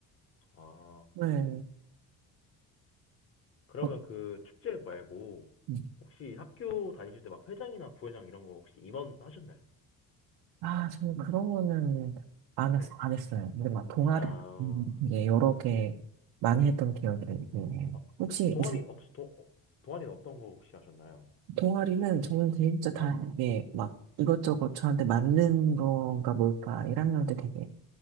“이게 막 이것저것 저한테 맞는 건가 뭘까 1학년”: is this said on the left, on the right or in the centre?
Right